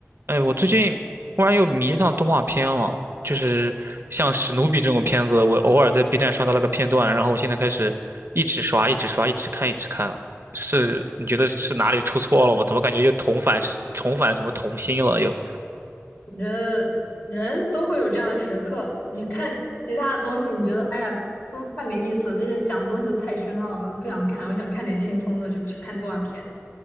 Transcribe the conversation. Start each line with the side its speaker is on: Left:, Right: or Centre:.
Right: 哎，我最近突然又迷上动画片了，就是像史努比这种片子，我偶尔在 B 站刷到了个片段，然后我现在开始一直刷，一直刷，一直看，一直看。是，你觉得是哪里出错了吗？怎么感觉又重返重返什么童心了又？
Left: 我觉得人都会有这样的时刻。你看其他的东西，你觉得哎呀，都太没意思了，这些讲的东西都太深奥了，不想看。我想看点轻松的，就去看动画片。